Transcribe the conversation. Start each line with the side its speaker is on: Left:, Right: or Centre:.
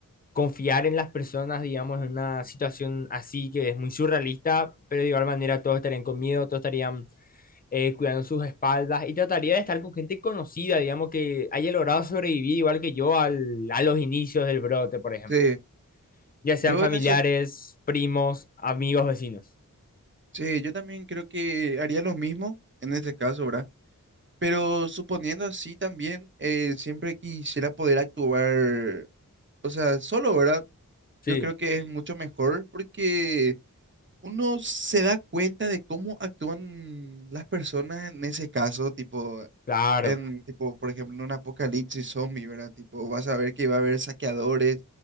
Left: confiar en las personas, digamos, en una situación así que es muy surrealista, pero de igual manera todos estarían con miedo, todos estarían eh, cuidando sus espaldas y trataría de estar con gente conocida, digamos, que haya logrado sobrevivir igual que yo al, a los inicios del brote, por ejemplo.
Right: sí.
Left: Ya sean
Right: Yo
Left: familiares,
Right: en ese,
Left: primos, amigos, vecinos.
Right: sí, yo también creo que haría lo mismo en ese caso, ¿verdad? Pero suponiendo así también, eh, siempre quisiera poder actuar, o sea, solo, ¿verdad?
Left: Sí,
Right: Yo creo que es mucho mejor porque uno se da cuenta de cómo actúan las personas en ese caso, tipo,
Left: claro.
Right: en, tipo, por ejemplo, en un apocalipsis zombie, ¿verdad? Tipo, vas a ver que va a haber saqueadores,